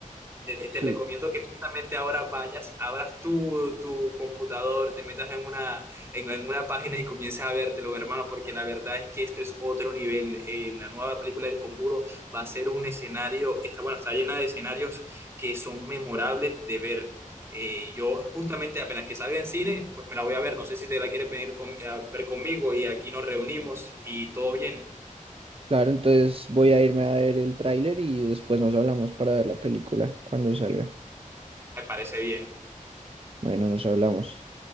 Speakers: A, on the right (about 20°); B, on the right (about 45°).
A: Te,
B: Sí,
A: te recomiendo que justamente ahora vayas, abras tu, tu computador, te metas en una, en, en una página y comiences a vértelo, hermano, porque la verdad es que esto es otro nivel. Eh, la nueva película del Conjuro va a ser un escenario, está, bueno, está llena de escenarios que son memorables de ver. Eh, yo justamente apenas que salga en cine, pues me la voy a ver. No sé si te la quieres venir con- a ver conmigo y aquí nos reunimos y todo bien.
B: claro, entonces voy a irme a ver el tráiler y después nos hablamos para ver la película cuando salga.
A: Me parece bien.
B: Bueno, nos hablamos.